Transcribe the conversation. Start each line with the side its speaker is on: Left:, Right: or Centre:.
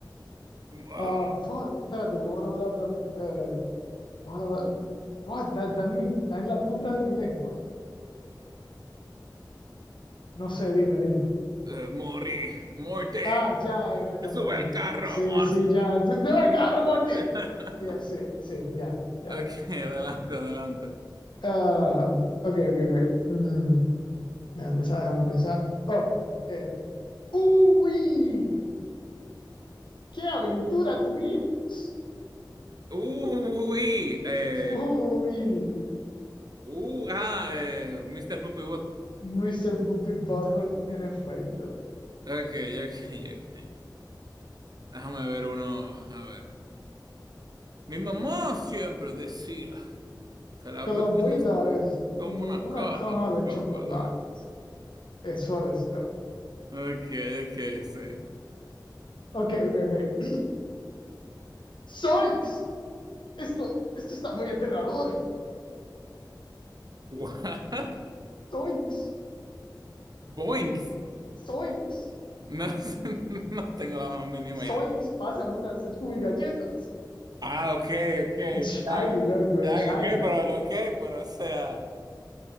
Right: Guabalaba-
Left: Ah, fuck, espérate, bla, bla, bla, bla, eh, bla, bla, Buah, está, está en mi- está en la punta de mi lengua. No sé, dime, dime.
Right: eh, Morí, muerte,
Left: Ah, ya, eh, Rick and
Right: sube
Left: Morty,
Right: al
Left: Rick
Right: carro,
Left: and- Sí,
Right: muerte.
Left: sí, ya. ¡Se va a Rick and Morty!
Right: <laughs>
Left: Ya, sí, sí, ya, ya.
Right: Ok,
Left: sí.
Right: adelante, adelante.
Left: Ah, ok, ok, ok. Mm, déjame pensar, déjame pensar. Oh, eh. ¡Uy! ¡Qué aventura tuvimos!
Right: Uy, eh,
Left: ¡Uy!
Right: uh, ah, eh, Mr. Puppy
Left: Mr. Puppy Butthole, en efecto.
Right: Ok, ok, ok. Déjame ver uno. A ver. Mi mamá siempre decía que la
Left: que
Right: vida
Left: la vida
Right: es
Left: es
Right: como
Left: como
Right: una
Left: una
Right: caja
Left: caja
Right: de
Left: de
Right: chocolate.
Left: chocolates. Es Forrest Gump.
Right: Ok, ok, sí.
Left: Ok, ok, ok. <clears throat> Zoinks. Esto, esto está muy aterrador.
Right: What?
Left: Zoinks.
Right: Boinks.
Left: Zoinks.
Right: No, sé, <laughs> no tengo la más mínima
Left: Zoinks.
Right: idea.
Left: Pásame unas Scooby galletas.
Right: Ah, ok, ok.
Left: Shaggy,
Right: Chaggy.
Left: <laughs> loco,
Right: Chaggy,
Left: Shaggy.
Right: ok, pero, ok, pero, o sea.